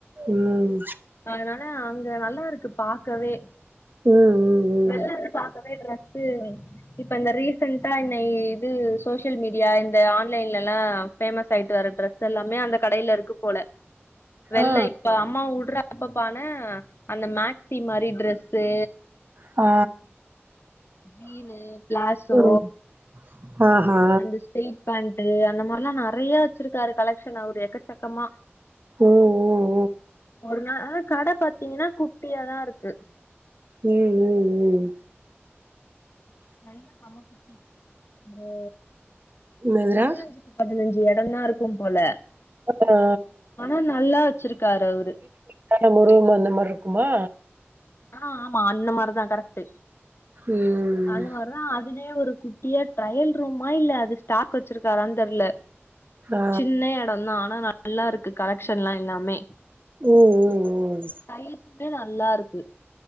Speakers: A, on the right (about 45°); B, on the left (about 60°).
A: ம்
B: அதனால அங்க நல்லா இருக்கு பாக்கவே
A: ம் ம் ம்
B: வெள்ல இருந்து பாக்கவே டிரஸ்ஸு இப்ப இந்த ரீசன்ட்டா இன்னை இது சோசியல் மீடியா இந்த ஆன்லைன்லெல்லா ஃபேமஸ் ஆயிட்டு வர டிரெஸ் ஸெல்லாமே அந்த கடையில இருக்கு போல வெள்ள
A: ஆ
B: இப்ப அம்மா வுட்ற அப்பப்பான அந்த மேக்சி மாரி ட்ரெஸ்ஸு
A: ஆ
B: ஜீனு ப்ளாசோ
A: ம் ஆஹா
B: அந்த ஸ்டெய் பேண்டு அந்த மார்ல்லா நெறைய வச்சிருக்காரு கலெக்ஷனு அவுரு எக்கச்சக்கமா
A: ம் ம்
B: ஒரு நாள் அ கட பத்தீங்கினா குட்டியாதா இருக்கு
A: ம் ம் ம்
B: நல்லா சம்ம குட்டி ஒரு
A: என்னதுடா
B: பதினஞ்சு பதினஞ்சு எடந்தா இருக்கும் போல
A: ஆ ஆ
B: ஆனா நல்லா வெச்சிருக்காரு அவுரு
A: கட <unintelligible> அந்த மார்ருக்குமா
B: ஆ ஆமா அந்த மாரிதா கரெக்ட்டு
A: ம்
B: அந்த மாரிதா ஆனா அதுலியு ஒரு குட்டியா ட்ரயல் ரூமா இல்ல அது ஸ்டாக் வெச்சிருக்காரான் தெர்ல
A: ஆ
B: சின்ன எடந்தா ஆனா நல்லா இருக்கு கலெக்ஷன்லா எல்லாமே
A: ம் ம்
B: சைசுமே நல்லாருக்கு